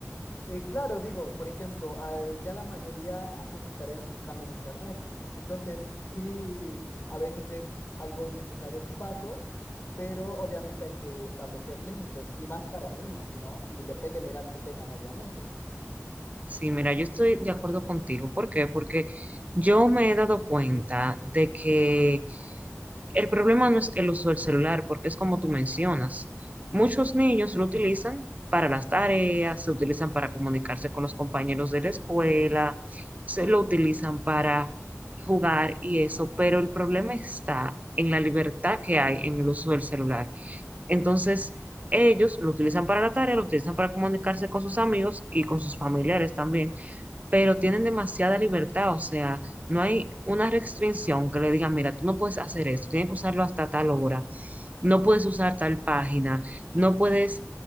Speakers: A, on the left; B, on the right.
A: Eh, claro, digo, por ejemplo, al- ya la mayoría hace sus tareas buscando en internet. Entonces, sí, a veces es algo necesario ocuparlos, pero obviamente hay que establecer límites, y más para niños, ¿no? Y depende de la edad que tengan, obviamente.
B: Sí, mira, yo estoy de acuerdo contigo. ¿Por qué? Porque yo me he dado cuenta de que El problema no es el uso del celular, porque es como tú mencionas. Muchos niños lo utilizan para las tareas, se utilizan para comunicarse con los compañeros de la escuela, se lo utilizan para jugar y eso, pero el problema está en la libertad que hay en el uso del celular. Entonces, ellos lo utilizan para la tarea, lo utilizan para comunicarse con sus amigos y con sus familiares también pero tienen demasiada libertad, o sea, no hay una restricción que le diga, mira, tú no puedes hacer esto, tienes que usarlo hasta tal hora, no puedes usar tal página, no puedes